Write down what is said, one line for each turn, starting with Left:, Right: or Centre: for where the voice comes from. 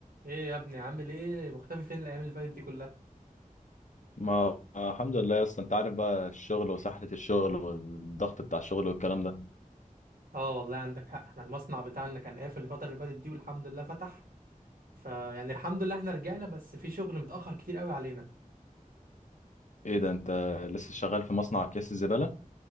Right: ايه يا ابني عامل ايه مختفي فين الايام اللي فاتت دي كلها
Left: ما ما الحمد لله يا اسطى انت عارف بقى الشغل وسحلة الشغل والضغط بتاع الشغل والكلام ده
Right: اه والله عندك حق احنا المصنع بتاعنا كان قافل الفتره اللي فاتت دي والحمد لله فتح فيعني الحمد لله احنا رجعنا بس في شغل متاخر كتير قوي علينا
Left: ايه ده انت لسه شغال في مصنع اكياس الزبالة